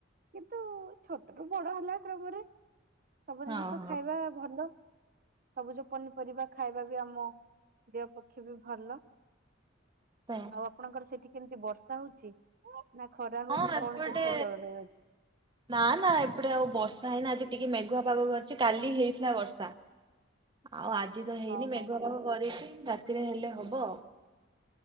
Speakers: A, on the right; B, on the right.
A: କିନ୍ତୁ ଛୋଟ ରୁ ବଡ ହେଲା କ୍ରମରେ। ସବୁ ଜିନିଷ
B: ହଁ ହଁ
A: ଖାଇବା ଭଲ ସବୁଜ ପନିପରିବା। ଖାଇବା ବି ଆମ ଦେହ ପକ୍ଷେ ବି ଭଲ।
B: ପେଁ
A: ଆଉ ଆପଣଙ୍କର ସେଠି କେମିତି ବର୍ଷା ହଉଛି ନା ଖରା
B: ହଁ
A: ହଉଛି
B: ଏପଟେ
A: କଣ କେମିତି ଜଳବାୟୁ ଅଛି।
B: ନା ନା ଏପଟେ ଆଉ ବର୍ଷା ହେଇନା ଆଜି ଟିକିଏ ମେଘୁଆ ପାଗ କରିଛି କାଲି ହେଇଥିଲା ବର୍ଷା। ଆଉ ଆଜି ତ ହେଇନି
A: ହଁ
B: ମେଘୁଆ
A: ହଁ।
B: ପାଗ କରିଚି ରାତିରେ ହେଲେ ହବ।